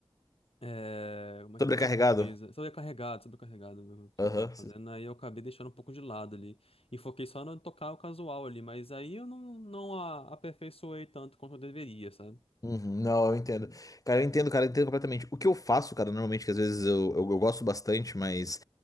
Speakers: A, on the left (about 70°); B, on the left (about 35°).
A: é, como é,
B: Sobrecarregado?
A: como é que é em português? Sobrecarregado, sobrecarregado do que
B: Aham.
A: eu tava fazendo. Aí eu acabei deixando um pouco de lado ali. E foquei só no tocar o casual ali. Mas aí eu não, não a- aperfeiçoei tanto quanto eu deveria, sabe?
B: Uhum, não, eu entendo.
A: Hum,
B: Cara, eu entendo, cara, eu entendo completamente. O que eu faço, cara, normalmente, que às vezes eu, eu, eu gosto bastante, mas